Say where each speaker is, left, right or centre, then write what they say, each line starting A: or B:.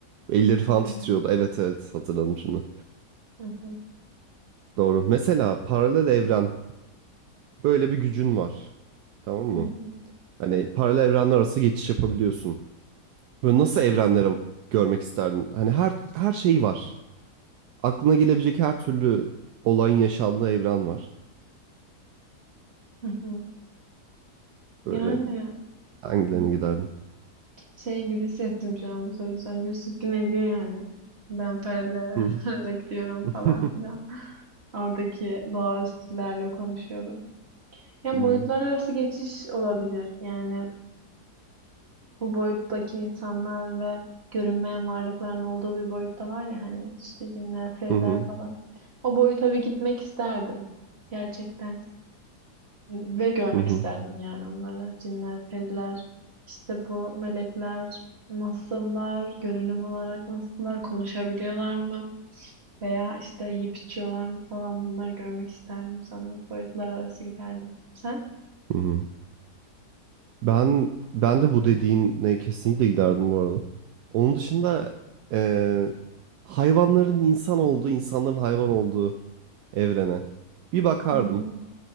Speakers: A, on the right; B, on the right.
A: Elleri falan
B: Hı hı.
A: titriyordu. Evet evet hatırladım şimdi.
B: Hı hı.
A: Doğru. Mesela paralel evren. Böyle bir gücün var. Tamam mı?
B: Hı hı.
A: Hani paralel evrenler arası geçiş yapabiliyorsun. Böyle nasıl evrenlere görmek isterdin? Hani her her şey var. Aklına gelebilecek her türlü olayın yaşandığı evren var.
B: Hı hı.
A: Böyle
B: Yani
A: hangilerine
B: hı.
A: giderdin?
B: Şey gibi hissettim şu an bu soruyu. Sen Yusuf Güney diyor yani. Ben perilerle
A: Hı
B: <laughs> bekliyorum
A: <laughs>
B: falan filan. Oradaki doğaüstülerle konuşuyorum. Yani
A: Hmm.
B: boyutlar arası geçiş olabilir. Yani bu boyuttaki insanlar ve görünmeyen varlıkların olduğu bir boyutta var ya hani işte cinler, periler
A: Hı hı
B: falan. O boyuta bir gitmek isterdim. Gerçekten. Ve görmek
A: hı hı
B: isterdim yani onları. Cinler, periler, işte bu melekler nasıllar, görünüm olarak nasıllar, konuşabiliyorlar mı? Veya işte yiyip içiyorlar mı falan bunları görmek isterdim sanırım. Boyutlar arası giderdim. Sen?
A: hı. hı. Ben ben de bu dediğine kesinlikle giderdim bu arada. Onun dışında eee, hayvanların insan olduğu, insanların hayvan olduğu evrene bir bakardım.
B: Hı hı.